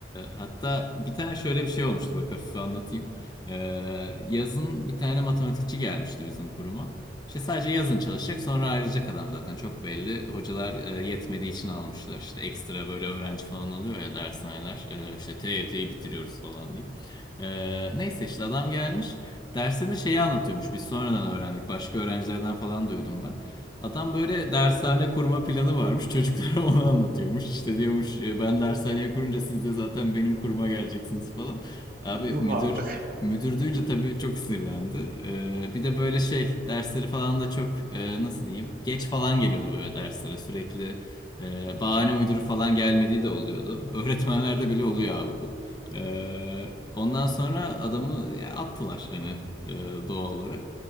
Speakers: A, on the left (about 25°); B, on the right (about 55°).
A: hatta bir tane şöyle bir şey olmuştu bak hafife anlatayım. E, yazın bir tane matematikçi gelmişti bizim kuruma. İşte sadece yazın çalışacak sonra ayrılacak adam zaten çok belli. Hocalar e, yetmediği için almışlar. İşte ekstra böyle öğrenci falan alıyor ya dershaneler. E, işte TYT'yi bitiriyoruz falan diyeyim. E, neyse işte adam gelmiş. Derslerinde şeyi anlatıyormuş. Biz sonradan öğrendik. Başka öğrencilerden falan duydum ben. Adam böyle dershane kurma planı varmış. Çocuklara <laughs> onu anlatıyormuş. İşte diyormuş "E, ben dershaneye kurunca siz de zaten benim kuruma geleceksiniz falan. Abi
B: O yuh
A: müdür
B: artık.
A: müdür duyunca tabii çok sinirlendi. Ee, bir de böyle şey dersleri falan da çok e, nasıl diyeyim geç falan geliyordu böyle derslere sürekli. e, bahane uyduru falan gelmediği de oluyordu. Öğretmenlerde bile oluyor abi bu. Ee, ondan sonra adamı ya, attılar hani e, doğal olarak.